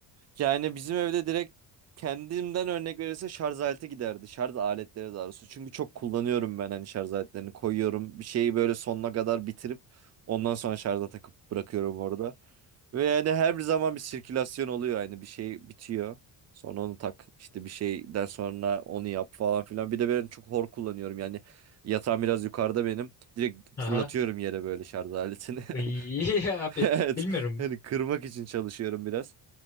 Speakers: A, on the right; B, on the left.
A: yani bizim evde direkt kendimden örnek verirse şarj aleti giderdi. Şarj aletleri daha doğrusu. Çünkü çok kullanıyorum ben hani şarj aletlerini koyuyorum. Bir şeyi böyle sonuna kadar bitirip ondan sonra şarja takıp bırakıyorum orada. Ve yani her zaman bir sirkülasyon oluyor. Yani bir şey bitiyor. Sonra onu tak işte bir şeyden sonra onu yap falan filan. Bir de ben çok hor kullanıyorum. Yani yatağım biraz yukarıda benim. Direkt
B: Aha.
A: fırlatıyorum yere böyle şarj aletini. <laughs>
B: İyi <laughs> abi.
A: Evet.
B: Bilmiyorum.
A: Hani kırmak için çalışıyorum biraz.